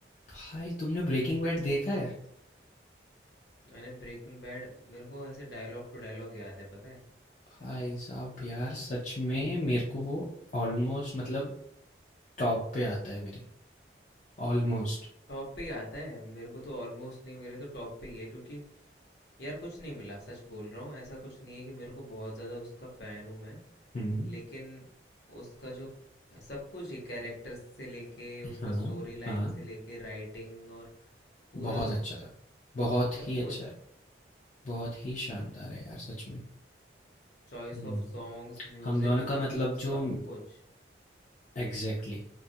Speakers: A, on the left; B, on the left.
A: भाई तुमने ब्रेकिंग बैड देखा है
B: मैंने ब्रेकिंग बैड मेरे को ऐसे डायलॉग टू डायलॉग याद है पता है
A: भाई साहब यार सच में मेरे को वो ऑलमोस्ट मतलब टॉप पे आता है मेरे ऑलमोस्ट
B: टॉप पे ही आता है मेरे को तो ऑलमोस्ट नहीं मेरे तो टॉप पे ही है क्योंकि यार कुछ नहीं मिला सच बोल रहा हूँ ऐसा कुछ नहीं है कि मेरे को बहुत ज़्यादा उसका फ़ैन हूँ मैं
A: हम्म
B: लेकिन उसका जो सब कुछ ही कैरेक्टर्स से लेके उसका
A: हाँ
B: स्टोरी लाइन
A: हाँ
B: से लेके राइटिंग और पूरा
A: बहुत
B: जो
A: अच्छा
B: स-
A: था। बहुत
B: सब
A: ही अच्छा
B: कुछ
A: है। बहुत ही शानदार है यार सच में।
B: चॉइस
A: हुँ।
B: ऑफ सॉन्ग्स म्यूज़िक
A: हम दोनों का मतलब
B: सब
A: जो
B: कुछ
A: एग्ज़ैक्टली